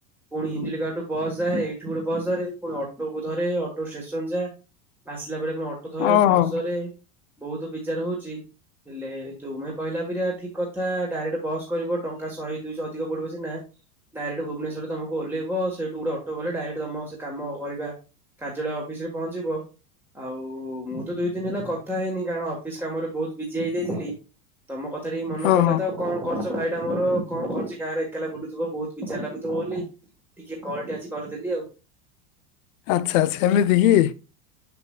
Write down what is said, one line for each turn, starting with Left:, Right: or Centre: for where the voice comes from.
Centre: ପୁଣି ହିନ୍ଦିଲିକା ଠୁ ବସ୍ ଯାଏ। ଏଇଠୁ ଗୋଟେ ବସ୍ ଧରେ ପୁଣି ପୁଅକୁ ଧରେ ଅଟୋ ଷ୍ଟେସନ ଯା। ଆସିଲା ବେଳେ କଣ ଅଟୋ ଧରେ
Left: ହଁ
Centre: ବସ୍ ଧରେ ବହୁତ ବିଜାର ହଉଚି। ହେଲେ ତୁମେ କହିଲ ପୁରା ଠିକ କଥା ଡାଇରେକ୍ଟ ବସ୍ କରିବ ଟଙ୍କା ଶହେ ଦୁଇଶହ ଅଧିକ ପଡ଼ିବ ସିନା ଡାଇରେକ୍ଟ ଭୁବନେଶ୍ୱରରେ ତୋମକୁ ଓହ୍ଲେଇବ। ସେଇଠୁ ଗୋଟେ ଅଟୋ କଲେ ଡାଇରେକ୍ଟ ତୋମ ସେ କାମ କରିବା କାର୍ଯ୍ୟାଳୟ ଅଫିସ୍ ରେ ପହଞ୍ଚିବ। ଆଉ ମୁଁ ତ ଦୁଇ ଦିନ ହେଲା କଥା ହେଇନି କାରଣ ଅଫିସ୍ କାମରେ ବହୁତ ବିଜି ହେଇଯାଇଥିଲି। ତୋମ କଥା ଟିକେ ମନେ
Left: ହଁ
Centre: ପଡ଼ିଲା
Left: ହଁ
Centre: ତ ଆଉ କଣ କରୁଚ ଭାଇ? ଟା ମୋର କଣ କରୁଚି ଗାଁରେ ଏକେଲା ବୁଲୁଥୁବ ବହୁତ ବିଜାର ଲାଗୁଥୁବ ବୋଲି ଟିକେ କଲ୍ ଟା ଆଜି କରିଦେଲି ଆଉ।
Left: ଆଚ୍ଛା ସେମିତି କି?